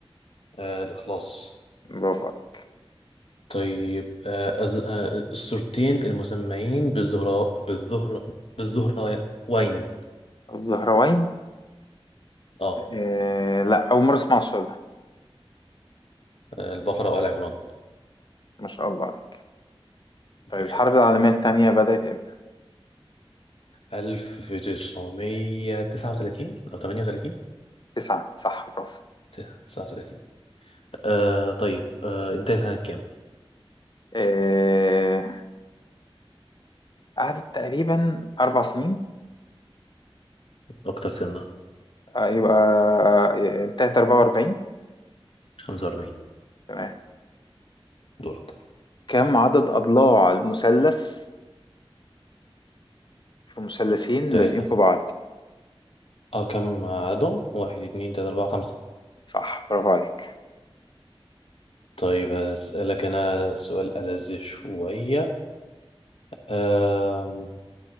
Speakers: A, on the left; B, on the left.
A: آه الاخلاص
B: برافو عليك
A: طيب آه أز... آه الصورتين المسميين بالزهراء بالزهراء بالزهراء وين
B: الزهراوين
A: اه
B: آه لا اول مرة اسمع السؤال ده
A: آه، البقرة وآل عمران
B: ما شاء الله عليك
A: بيخليك
B: طيب الحرب العالمية الثانية بدأت امتى؟
A: 1939 أو 38
B: تسعة صح برافو
A: 39 آه طيب آه انت سنة كام؟
B: آه قعدت تقريبا أربع سنين
A: أكتر سنة
B: آه، يبقى آه، انتهت 44
A: 45
B: تمام
A: دورك
B: كم عدد أضلاع المثلث في مثلثين
A: تلاتة
B: لازقين في بعض
A: اه كم عددهم؟ واحد اتنين تلاتة أربعة خمسة
B: صح برافو عليك
A: طيب هسألك أنا سؤال ألذ شوية آه